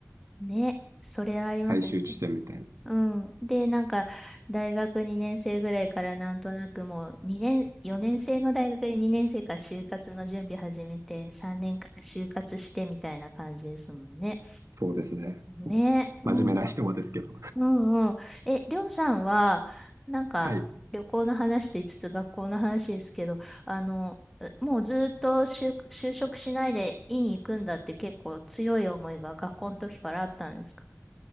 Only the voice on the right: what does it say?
最終地点みたいな。
そうですね。
真面目な人はですけど。
はい。